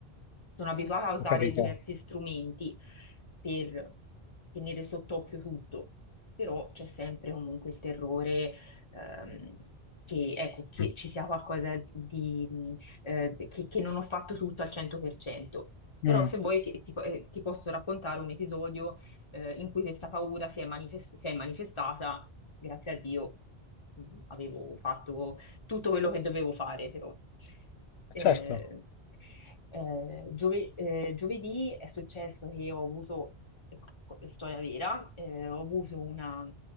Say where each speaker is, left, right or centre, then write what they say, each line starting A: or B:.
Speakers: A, on the left (about 30°); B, on the left (about 85°).
A: Sono abituata a usare
B: Ho capito?
A: diversi strumenti per tenere sott'occhio tutto, però c'è sempre comunque il terrore ehm, che, ecco, che
B: Mm.
A: ci sia qualcosa di, mh, eh, che, che non ho fatto tutto al 100%. Però
B: Mm,
A: se vuoi ti, ti po- eh, ti posso raccontare un episodio eh, in cui questa paura si è manifes- si è manifestata, grazie a Dio mh, avevo fatto tutto quello che dovevo fare, però. Eh,
B: certo.
A: eh, giove- eh, giovedì è successo che ho avuto, ecco, storia vera, eh, ho avuto una,